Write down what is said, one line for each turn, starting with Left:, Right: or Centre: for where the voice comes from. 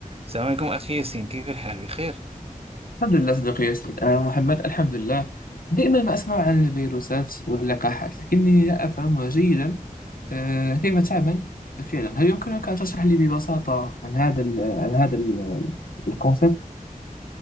Right: السلام عليكم أخي ياسين كيف الحال بخير؟
Left: الحمد لله صديقي ياسين آه محمد الحمد لله دائما ما أسمع عن الفيروسات واللقاحات لكنني لا أفهم جيدا آه كيف تعمل فعلا هل يمكنك أن تشرح لي ببساطة عن هذا ال عن هذا ال- الكونسيبت